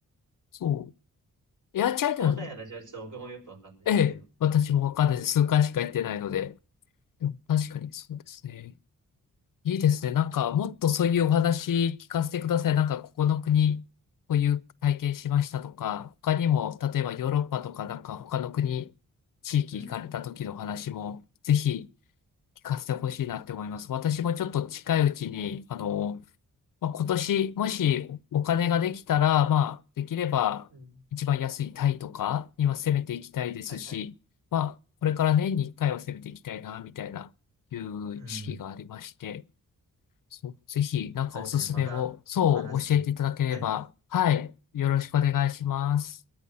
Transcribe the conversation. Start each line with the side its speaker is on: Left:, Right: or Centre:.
Left: そう。エアチャイナ、
Right: 細かい話はちょっと僕もよくわかんないですけど。
Left: ええ、私もわかんないです。数回しか行ってないので。でも確かにそうですね。いいですね。なんか、もっとそういうお話聞かせてください。なんか、ここの国、こういう体験しましたとか、他にも、例えばヨーロッパとか、なんか他の国、地域行かれた時のお話も、
Right: うん。
Left: ぜひ聞かせてほしいなって思います。私もちょっと近いうちに、あの、まあ、今年、もしお金ができたら、まあ、できれば、
Right: うん。
Left: 一番安いタイとか、今攻めていきたいですし、
Right: はいはい。
Left: まあ、これから年に1回は攻めていきたいな、みたいな、いう意識がありまして、
Right: うん。
Left: そう、ぜひ、なんかおすすめを、
Right: そうですね。またお話ししたい
Left: そう、教えていただければ、はい、よろしくお願いします。